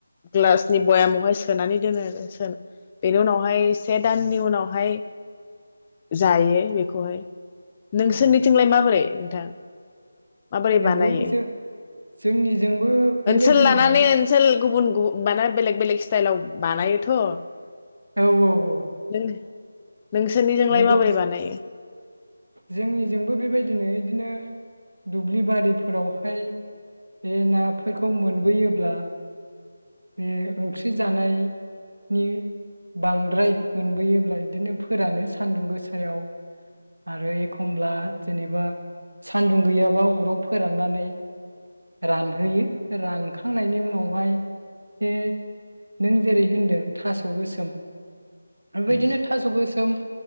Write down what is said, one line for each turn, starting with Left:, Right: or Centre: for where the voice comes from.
Left: ग्लासनि बयामावहाय सोनानै दोनो आरो <unintelligible> बेनि उनावहाय से दाननि उनावहाय जायो बेखौहाय। नोंसोरनिथिंलाय
Right: औ
Left: माबोरै नोंथां? माबोरै
Right: नंगौ
Left: बानायो
Right: जों जोंनिजोंबो बेबायदिनो
Left: ओनसोल लानानै
Right: बानाय
Left: ओनसोल गुबुन गुबुन माना बेलेग बेलेग स्टाइलाव बानायोथ'।
Right: औ औ औ।
Left: नों नोंसोरनिजोंलाय
Right: नंगौ
Left: माबोरै बानायो?
Right: जोंनिजोंबो बेबायदिनो बिदिनो दुब्लि बारिफोरावहाय बे नाफोरखौ मोनबोयोब्ला बे ओंख्रि जानायनि बांद्राय मोनबोयोब्ला बिदिनो फोरानो सान्दुं गोसायाव आरो एखमब्ला जेनेबा सानदुं गैयाबा अराव फोराननानै रानहोयो रानखांनायनि उनावहाय बे नों जेरै होनदों थास' गोसोम बेबायदिनो
Left: उम
Right: थास गोसोम